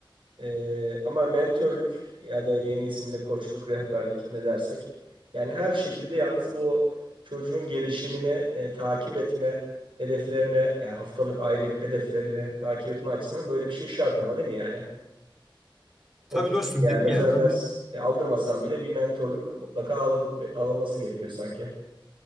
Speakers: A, on the right; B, in the centre.
A: Ee, ama mentörlük ya da yeni ismiyle koçluk, rehberlik ne dersek. Yani her şekilde yalnız bu çocuğun gelişimini e, takip etme hedeflerine yani haftalık, aylık hedeflerini takip etme açısından böyle bir şey şart ama değil mi yani? O
B: Tabii
A: kesin
B: dostum
A: yani
B: dedim
A: özel
B: ya an-
A: ders e, aldırmasan bile bir mentorluk mutlaka alın, alınması gerekiyor sanki.